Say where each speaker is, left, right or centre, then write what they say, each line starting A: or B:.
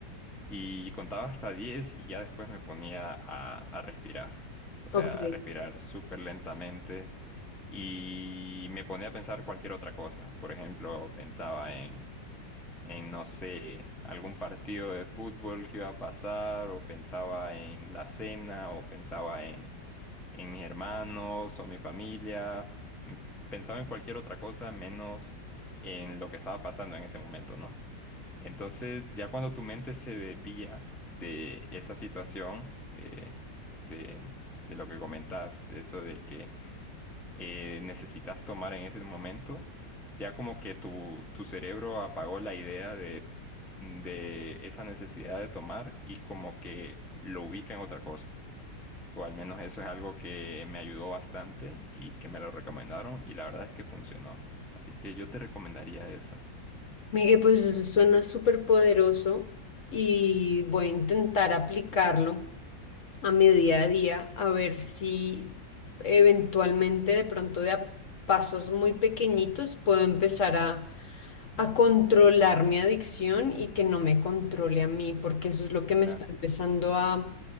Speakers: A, in the centre; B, on the left (about 50°).
A: y contaba hasta 10 y ya después me ponía a, a respirar. O sea,
B: Ok.
A: a respirar súper lentamente y me ponía a pensar cualquier otra cosa. Por ejemplo, pensaba en, en, no sé, algún partido de fútbol que iba a pasar o pensaba en la cena o pensaba en, en mis hermanos o mi familia. M- Pensaba en cualquier otra cosa menos en lo que estaba pasando en ese momento, ¿no? Entonces, ya cuando tu mente se desvía de esa situación, de, de, de lo que comentas, de eso de que eh, necesitas tomar en ese momento, ya como que tu, tu cerebro apagó la idea de, de esa necesidad de tomar y como que lo ubica en otra cosa. O al menos eso es algo que me ayudó bastante y que me lo recomendaron y la verdad es que funcionó. Así que yo te recomendaría eso.
B: Miguel, pues eso suena súper poderoso y voy a intentar aplicarlo a mi día a día, a ver si eventualmente de pronto de a pasos muy pequeñitos puedo empezar a, a controlar mi adicción y que no me controle a mí, porque eso es lo que me
A: Claro.
B: está empezando a,